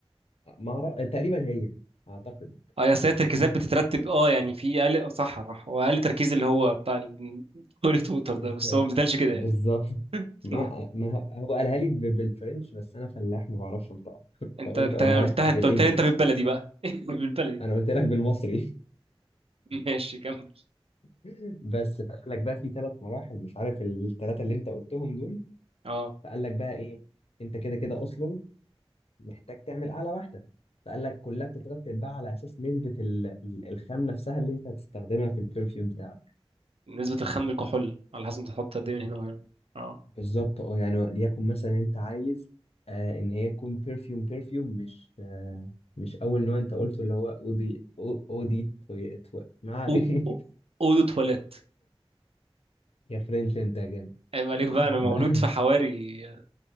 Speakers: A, on the left; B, on the right.
A: ما أعرف- تقريبا هي اعتقد
B: اه يا ساتر التركيزات بتترتب اه يعني في اقل اه، صح صح هو اقل تركيز اللي هو بتاع التواليت ووتر <laughs> ده
A: الت...
B: بس هو ما بيتقالش كده
A: بالظبط
B: يعني <laughs>
A: ما ما هو هو قالها لي ب- بالفرنش بس انا فلاح ما بعرفش انطقها <laughs>
B: انت
A: فقلت
B: انت
A: اقولها
B: قلتها
A: لك بالانجلش
B: انت قلت لي انت بالبلدي بقى <laughs> بالبلدي
A: انا قلت لك بالمصري
B: ماشي كمل
A: <laughs> بس قال لك بقى في ثلاث مراحل مش عارف الثلاثه اللي انت قلتهم دول
B: اه
A: فقال لك بقى ايه انت كده كده اصلا محتاج تعمل اعلى واحده فقال لك كلها بتترتب بقى على اساس نسبه ال- ال- الخام نفسها اللي انت هتستخدمها في البرفيوم بتاعك
B: نسبة الخام للكحول على حسب انت تحط قد ايه من هنا وهنا اه
A: بالظبط اه يعني ليكن مثلا انت عايز آه ان هي تكون بيرفيوم بيرفيوم مش آه مش اول نوع انت قلته اللي هو اودي أو- اودي توي- تو- ما علينا
B: او
A: <laughs>
B: او- اودو تواليت
A: يا فرنش انت يا جامد
B: عيب عليك
A: <laughs>
B: بقى انا مولود في حواري